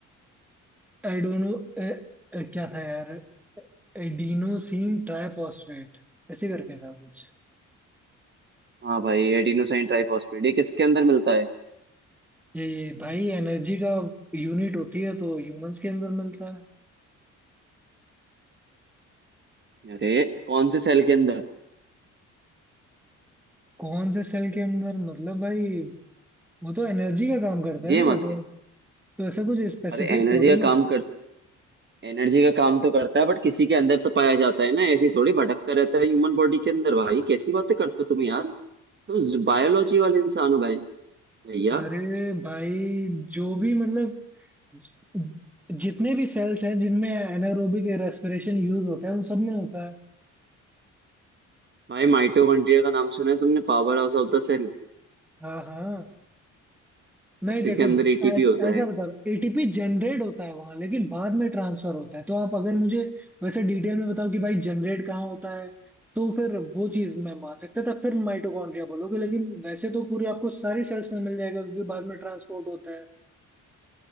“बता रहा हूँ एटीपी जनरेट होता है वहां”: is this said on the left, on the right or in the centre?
Centre